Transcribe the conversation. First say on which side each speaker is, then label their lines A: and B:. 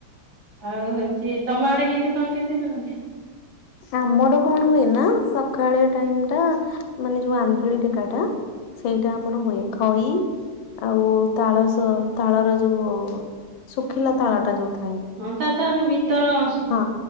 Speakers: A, on the right; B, on the left.
A: ଆଉ ହଉଛି ତମ ଆଡ଼େ କେମତି କଣ କେମିତି କରନ୍ତି?
B: ସାମର କଣ ହୁଏ ନା ସକାଳେ ଟାଇମ୍ ଟା ମାନେ ଯୋଉ ଆଞ୍ଜୁଳି ଟେକାଟା ସେଇଟା ଆମର ହୁଏ ଖଇ। ଆଉ ତାଳସ ତାଳର ଯୋଉ ଶୁଖିଲା ତାଳ ଟା ଯୋଉ ଥାଏ।
A: ହଁ ତା ତ ଯୋଉ ଭିତର ଅଂଶଟା
B: ହଁ।